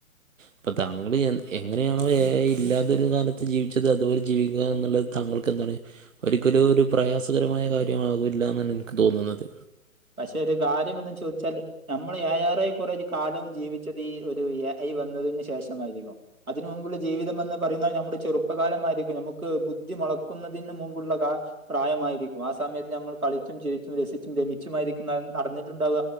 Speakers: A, on the right; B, on the right.
A: അപ്പൊ താങ്കൾ എങ്ങനെയാണോ എ ഐ ഇല്ലാതൊരു കാലത്ത് ജീവിച്ചത് അതുപോലെ ജീവിക്കുക എന്നുള്ളത് താങ്കൾക്ക് എന്താണ് ഒരിക്കലും ഒരു പ്രയാസകരമായ കാര്യമാവില്ല എന്നാണ് ഇനിക്ക് തോന്നുന്നത്
B: പക്ഷെ ഒരു കാര്യം എന്താ ചോദിച്ചാല് നമ്മള് യേ ആറെ കുറേ ഒരു കാലവും ജീവിച്ചത് ഈ ഒരു എ ഐ വന്നതിന് ശേഷമായിരിക്കും അതിന് മുമ്പുള്ള ജീവിതം വന്ന പറയുന്ന നമ്മുടെ ചെറുപ്പകാലമായിരിക്കും നമുക്ക് ബുദ്ധി മുളക്കുന്നതിന് മുമ്പുള്ള ക പ്രായമായിരിക്കും ആ സമയത്ത് നമ്മൾ കളിച്ചും ചിരിച്ചും രസിച്ചും രമിച്ചുമായിരിക്കും ന നടന്നിട്ടുണ്ടാവ